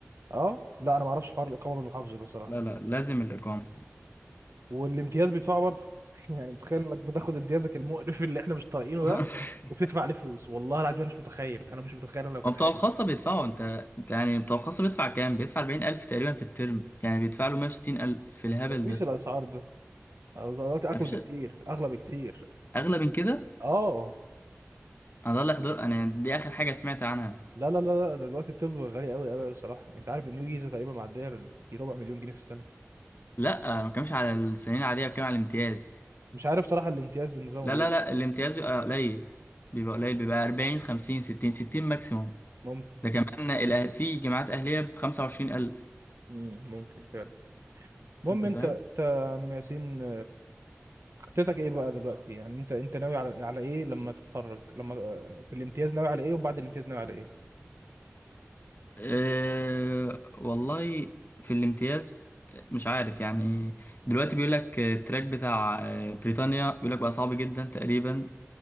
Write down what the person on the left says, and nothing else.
لا لا لازم الاقامة
<laughs>
هو بتوع
الخاصة
بيدفعوا انت انت يعني بتوع الخاصة بيدفع كام؟ بيدفع 40000 تقريبا في الترم يعني بيدفع له 160000 في الهبل
ده
مفيش
اغلى من كده
انا ده اللي حضر انا دي اخر حاجه سمعت عنها
لا انا ما بتكلمش على السنين العاديه بتكلم على الامتياز
لا
لا لا الامتياز بيبقى قليل بيبقى قليل بيبقى 40 50 60 60 ماكسيموم
ده كمان الأه- في جامعات اهليه ب 25000
انت
فاهم
أه والله في الامتياز مش عارف يعني دلوقتي بيقول لك التراك بتاع آه، بريطانيا بيقول لك بقى صعب جدا تقريبا